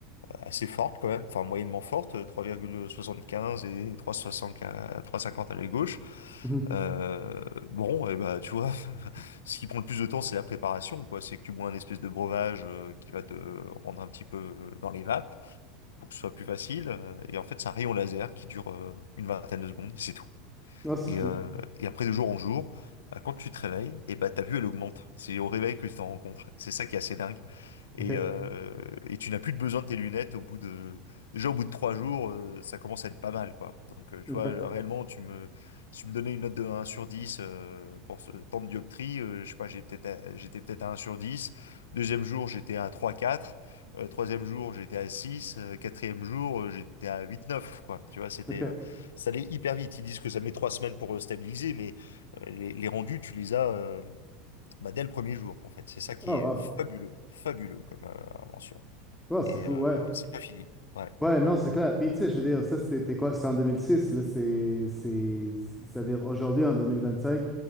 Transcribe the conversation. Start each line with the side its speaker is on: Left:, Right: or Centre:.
Left: assez forte quand même, enfin moyennement forte, 3,75 et 3,75 3,50 à l'œil gauche.
Centre: Mhm.
Left: Euh, bon, et bah, tu vois, <laughs> ce qui prend le plus de temps, c'est la préparation, quoi. C'est que tu bois un espèce de breuvage euh, qui va te rendre un petit peu euh, dans les vapes pour que ce soit plus facile. Euh, Et en fait, c'est un rayon laser qui dure euh, une vingtaine de secondes, et c'est tout.
Centre: Ah, c'est
Left: Et,
Centre: fou.
Left: euh, et après, de jour en jour, bah, quand tu te réveilles, et bah, ta vue, elle augmente. C'est au réveil que tu t'en rends compte. C'est ça qui est assez dingue. Et,
Centre: Ok,
Left: euh, et tu n'as plus de besoin de tes lunettes au bout de... Déjà, au bout de trois jours, euh, ça commence à être pas mal, quoi. Donc, euh, tu
Centre: ok,
Left: vois, réellement, tu me, si tu me donnais une note de un sur 10 euh, pour ce temps de dioptrie, euh, je sais pas, j'étais peut-être à, j'étais peut-être à un sur dix Deuxième jour, j'étais à trois quatre Euh, troisième jour, j'étais à six Euh, quatrième jour, euh, j'étais à huit neuf quoi. Tu vois, c'était...
Centre: ok.
Left: euh, ça allait hyper vite. Ils disent que ça met trois semaines pour euh, stabiliser, mais euh, les, les rendus, tu les as. euh, bah, dès le premier jour, en fait. C'est ça qui
Centre: Oh,
Left: est
Centre: wow.
Left: fabuleux, fabuleux comme euh, invention.
Centre: Ouais, c'est
Left: Et
Centre: fou,
Left: euh,
Centre: ouais.
Left: c'est pas fini. Ouais,
Centre: Ouais, non, c'est clair. Puis, tu sais, je veux dire, ça, c'était quoi? C'était en 2006, là, c'est... c'est- C'est-à-dire, aujourd'hui, en 2025,